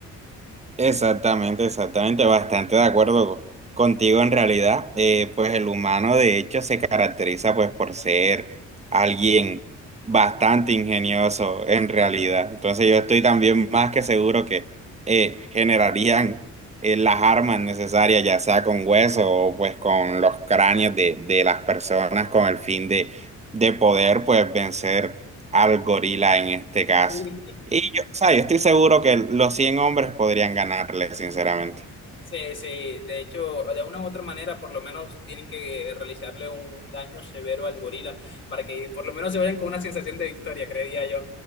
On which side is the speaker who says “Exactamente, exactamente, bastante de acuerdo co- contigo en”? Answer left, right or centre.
Right